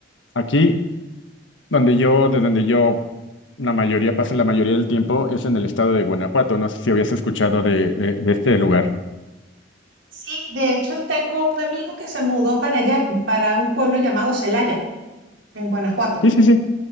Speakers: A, on the left (about 85°); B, on the right (about 80°).
A: aquí donde yo, de donde yo la mayoría pasa la mayoría del tiempo es en el estado de Guanajuato. No sé si habías escuchado de, de de este lugar.
B: Sí, de hecho tengo un amigo que se mudó para allá, para un pueblo llamado Celaya, en Guanajuato.
A: Sí, sí, sí.